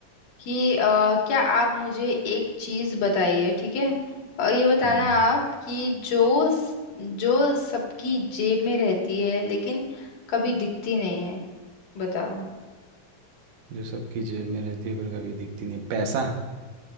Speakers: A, on the left (about 75°); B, on the right (about 80°).
A: कि अ, क्या आप मुझे एक चीज बताइए ठीक है अ, ये बताना
B: हम्म
A: आप कि जो स- जो सबकी जेब में रहती है लेकिन कभी दिखती नहीं है बताओ
B: जो सबकी जेब में रहती है पर कभी दिखती नहीं पैसा